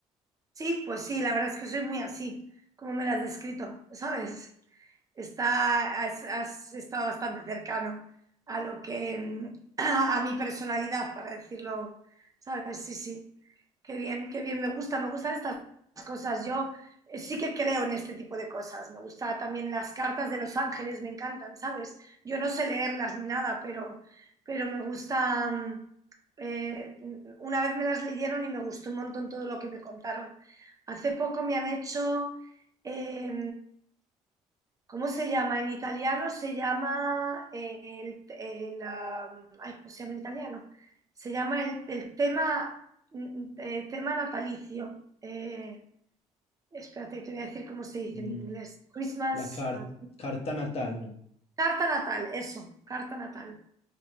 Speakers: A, on the right; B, on the left.
A: Sí, pues sí, la verdad es que soy muy así, como me la has descrito, ¿sabes? Está, has, has estado bastante cercano a lo que, mm, <clears throat> a, mi personalidad, para decirlo, ¿sabes? Sí, sí. Qué bien, qué bien, me gusta, me gustan estas cosas. Yo eh, sí que creo en este tipo de cosas. Me gusta también las cartas de los ángeles, me encantan, ¿sabes? Yo no sé leerlas ni nada, pero, pero me gusta. mm, eh, una vez me las leyeron y me gustó un montón todo lo que me contaron Hace poco me han hecho, eh, ¿cómo se llama? En italiano se llama eh, el, el, ah, ay, ¿cómo se llama en italiano? Se llama el, el tema, mm, eh, tema natalicio. Eh, espérate, te voy a decir cómo se dice
B: Mm,
A: en inglés. Christmas,
B: La car-
A: ah,
B: carta natal, ¿no?
A: carta natal, eso, carta natal.